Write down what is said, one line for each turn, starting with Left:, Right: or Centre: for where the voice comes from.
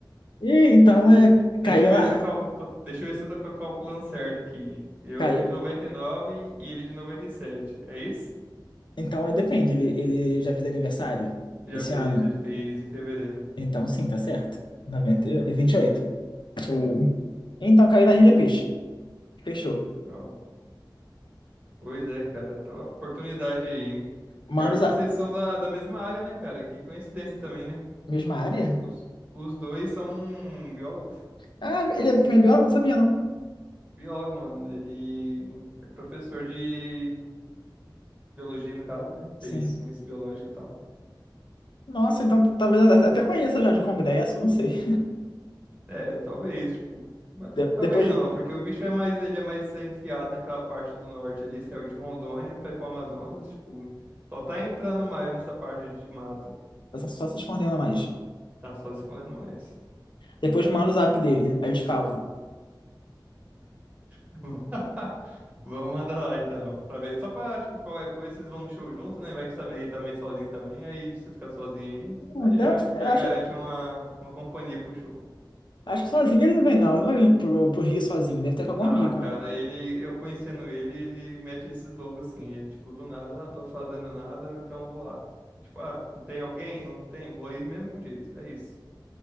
Left: E então
Right: Deixa,
Left: é.
Right: deixa
Left: Caiu
Right: eu ver
Left: na.
Right: se eu calculo, deixa eu ver se eu tô cal- calculando certo aqui. Eu
Left: Caiu.
Right: sou de noventa e nove e ele é de 97. É isso?
Left: Então é, depende. Ele, ele já fez aniversário
Right: Já
Left: esse
Right: fez,
Left: ano.
Right: ele fez em fevereiro.
Left: Então sim, tá certo. 90, e
Right: Tá certo.
Left: 28. Sim. Então caiu na rede é peixe. Fechou.
Right: Ó, pois é, cara, tá uma oportunidade aí, hein?
Left: Manos,
Right: Pior que vocês
Left: a
Right: são da, da mesma área, né, cara? Que coincidência também, né?
Left: mesma área?
Right: Os, os dois são biólogos.
Left: Ah, ele é também é biólogo? Não sabia, não.
Right: Biólogo, mano. Ele é professor de biologia, no caso, né?
Left: Sim.
Right: Fez ciência biológica e tal.
Left: Nossa, então talvez eu até até conheça já de congresso, não sei.
Right: É, talvez, tipo. mas
Left: De-
Right: talvez
Left: depois,
Right: não, porque o bicho é mais, ele é mais é, enfiado naquela parte do norte ali, saiu de Rondônia pra ir pro Amazonas, tipo, só tá entrando mais nessa parte de mata.
Left: essa só, só se escondendo mais.
Right: Tá só se escondendo mais.
Left: Depois manda o zap dele. Aí eu te falo.
Right: <laughs> Vamos mandar lá então, pra ver. Só pra, tipo, qualquer coisa, vocês vão no show junto, né? Vai que saber que ele tá meio sozinho também, aí você fica sozinho aí,
Left: "Hum,
Right: aí
Left: deve-
Right: já, já
Left: eu acho,
Right: garante uma, uma companhia pro show.
Left: acho que sozinho ele não vem, não. Ele não vai vir pro, pro Rio sozinho. Deve ter com algum
Right: Ah,
Left: amigo.
Right: cara, ele, eu conhecendo ele, ele mete esses loucos assim, ele, tipo, do nada, ah, não tô fazendo nada, então eu vou lá. E, tipo, ah, não tem alguém? Não tem? Vou aí mesmo jeito, é isso.